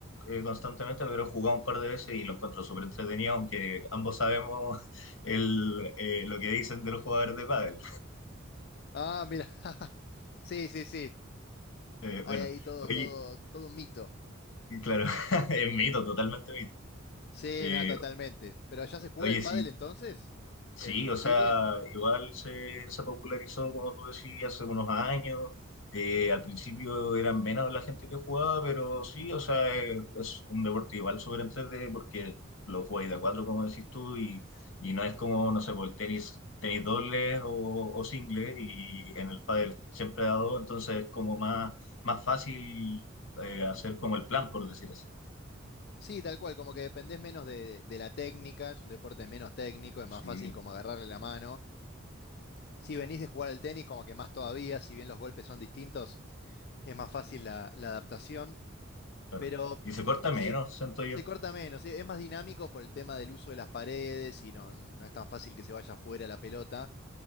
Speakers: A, on the left; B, on the left.
A: eh, constantemente, pero he jugado un par de veces y lo encuentro súper entretenido, aunque ambos sabemos <laughs> el, eh, lo que dicen de los jugadores de pádel.
B: Ah, mira. <laughs> Sí, sí, sí.
A: Eh,
B: Hay
A: bueno,
B: ahí todo,
A: oye,
B: todo, todo un mito.
A: claro, <laughs> es mito, totalmente mito.
B: Sí,
A: Eh,
B: nada, totalmente. ¿Pero allá se juega
A: oye,
B: el pádel
A: sí,
B: entonces?
A: sí,
B: ¿En
A: o
B: Chile?
A: sea, igual se, se popularizó, como tú decías, hace unos años. Eh, al principio eran menos la gente que jugaba, pero sí, o sea, es, es un deporte igual súper entretenido porque lo jugáis de a cuatro, como decís tú, y, y no es como, no sé, por el tenis, tenis dobles o, o singles, y en el pádel siempre ha dado, entonces es como más, más fácil eh, hacer como el plan, por decir así.
B: Sí, tal cual, como que dependés menos de, de la técnica, es un deporte menos técnico, es más
A: Sí,
B: fácil como agarrarle la mano. Si venís de jugar al tenis, como que más todavía, si bien los golpes son distintos, es más fácil la, la adaptación,
A: claro.
B: pero
A: Y se corta
B: sí,
A: menos, siento yo.
B: se corta menos, sí, es más dinámico por el tema del uso de las paredes y no, no es tan fácil que se vaya fuera la pelota,